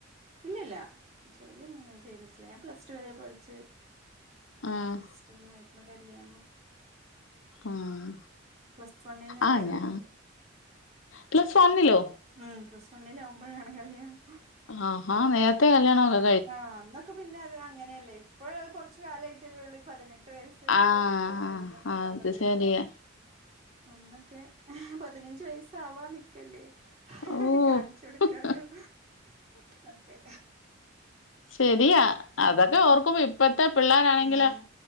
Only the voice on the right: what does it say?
ഇല്ലില്ല ജോലിയൊന്നും ഞാൻ ചെയ്തിട്ടില്ല ഞാൻ പ്ലസ് ടു വരെ പഠിച്ച്
പ്ലസ്ടുന്നായിരുന്നു കല്യാണം.
പ്ലസ് വണ്ണിൽ നിന്നായിരുന്നു
കല്യാണം
ഉം പ്ലസ് വണ്ണിലാവുമ്പഴാണ് കല്യാണം.
ആഹ് അന്നൊക്കെ പിന്നെ അത് അങ്ങനെയല്ലേ ഇപ്പഴ് കുറച്ചു കാലായിട്ടല്ലേ ഉള്ളൂ ഈ പതിനെട്ട് വയസ്സ്
ക് നിർബന്ധം
വന്നത്.
അന്നൊക്കെ പതിനഞ്ച് വയസ്സാവാൻ ആവാൻ നി ക്കല്ലേ
കാണിച്ചു കൊടുക്കാനും ഒക്കെ.
ഉം
ഉം